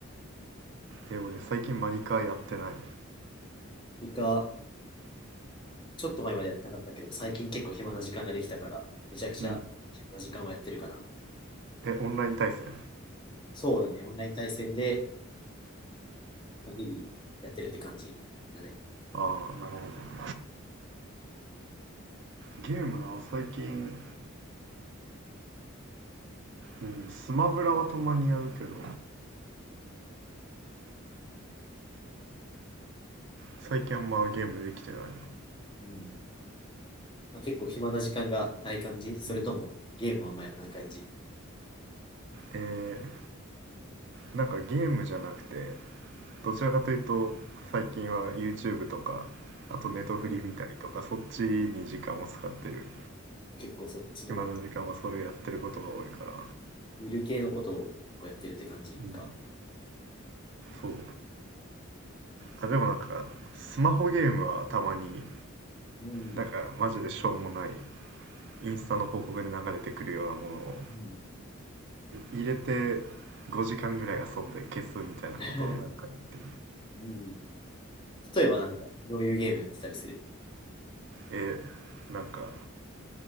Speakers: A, on the right; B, on the left.
A: えー、俺最近マリカーやってない。
B: リカ、ちょっと前までやってなかったけど、最近結構暇な時間ができたから、めちゃくちゃ暇な時間をやってるかな。
A: うん。え、オンライン対戦
B: そうだね。オンライン対戦でまあ日々やってるって感じだね。
A: ああー、なるほど。ゲームな、最近、うん、スマブラはたまにやるけど、最近あんまゲームできてないな。
B: うんまあ、結構暇な時間がない感じそれともゲームはあんまやらない感じ
A: うん。えー、なんかゲームじゃなくて、どちらかというと最近は YouTube とかあとネトフリ見たりとかそっちに時間を使ってる
B: うん。うん結構そっちの
A: 暇な時間はそれやってることが多いから
B: 見る系のことをやってるって感じか。
A: うんそうあでもなんかスマホゲームはたまに
B: うん。
A: なんかマジでしょうもないインスタの広告で流れてくるようなものを
B: うん。
A: い入れて5時間ぐらい遊んで消すみたいなことをなんか見て
B: <laughs> うん、例えばなんか、どういうゲームやってたりする
A: えなんか